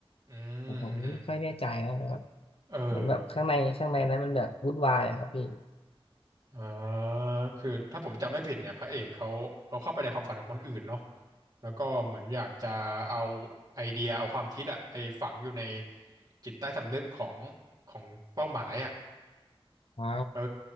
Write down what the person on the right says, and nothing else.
อืมอืมอืม
เออ
อ่าคือถ้าผมจำไม่ผิดเนี่ยพระเอกเขาเขาเข้าไปในความฝันของคนอื่นเนาะแล้วก็เหมือนอยากจะเอาไอเดียเอาความคิดอะไปฝังอยู่ในจิตใต้สำนึกของของเป้าหมายอะ
เออ